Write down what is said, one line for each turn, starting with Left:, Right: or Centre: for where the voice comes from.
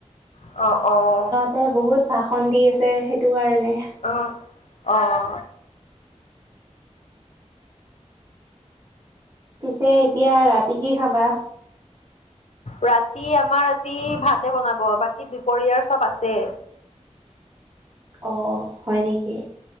Left: অ', অ'।
Right: তে বহুত ভাষণ দি আছে সেইটো কাৰণে।
Left: অ', অ'।
Right: পিছে এতিয়া ৰাতি কি খাবা?
Left: ৰাতি আমাৰ আজি ভাতে বনাব বাকী দুপৰীয়াৰ চব আছে।
Right: অ', হয় নেকি?